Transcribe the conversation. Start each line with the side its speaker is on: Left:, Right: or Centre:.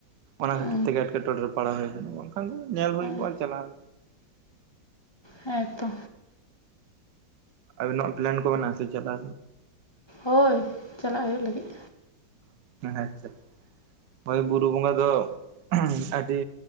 Right: ᱚᱱᱟ ᱠᱷᱟᱹᱛᱤᱨ
Left: ᱚ
Right: ᱛᱮᱜᱮ ᱮᱴᱠᱮᱴᱚᱬᱮ ᱨᱮ ᱯᱟᱲᱟᱣ ᱦᱩᱭ ᱠᱟᱱᱟ ᱠᱷᱟᱱ ᱜᱮ ᱧᱮᱞ ᱦᱩᱭ
Left: ᱦᱮᱸ
Right: ᱠᱚᱜᱼᱟ ᱪᱟᱞᱟᱣ
Left: ᱦᱮᱸᱛᱚ
Right: ᱵ ᱯᱞᱟᱱ ᱠᱚ ᱢᱮᱱᱟᱜ ᱥᱮᱪᱮᱛᱟ
Left: ᱦᱳᱭ ᱪᱟᱞᱟᱜ ᱦᱩᱭᱩᱜ ᱞᱟᱹᱜᱤᱫ
Right: ᱟᱪᱪᱷᱟ ᱳᱭ ᱵᱩᱨᱩ ᱵᱚᱸᱜᱟ ᱫᱚ ᱟᱹᱰᱤ